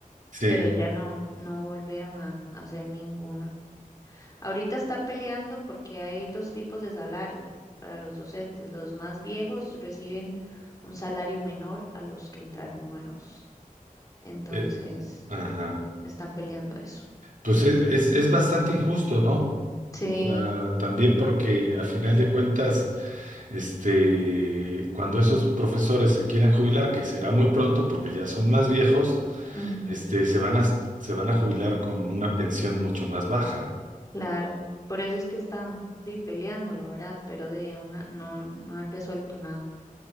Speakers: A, on the right; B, on the left.
A: Sí,
B: pero ya no, no volvieron a, a hacer ninguna. Ahorita están peleando porque hay dos tipos de salario para los docentes. Los más viejos reciben un salario menor a los que entraron nuevos. Entonces,
A: eh, ajá.
B: están peleando eso.
A: Pues es, es, es bastante injusto, ¿no?
B: Sí.
A: O sea, también porque a final de cuentas, este, cuando esos profesores se quieran jubilar, que será muy pronto porque ya son más viejos,
B: ujú.
A: Este, se van a, se van a jubilar con una pensión mucho más baja.
B: Claro, por eso es que están di, peleándolo, ¿verdad? Pero de ahí a una no, no han resuelto nada.